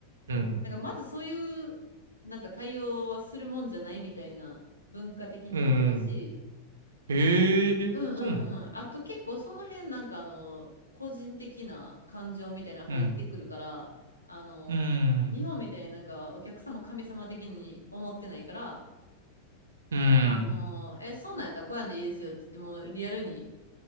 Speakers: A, on the right (about 65°); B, on the left (about 80°).
A: うん。
B: なんかまずそういう、なんか対応はするもんじゃないみたいな文化的にもあるし、
A: うん。ええそうなの。
B: うんうんうん。あと結構その辺なんかあの、個人的な感情みたいなの入ってくるから、
A: うん。
B: あの、
A: うん。
B: 日本みたいになんかお客様神様的に思ってないから、
A: うん。
B: あのー、え、そんなんやったらこうやんでいいですよって言っても、リアルに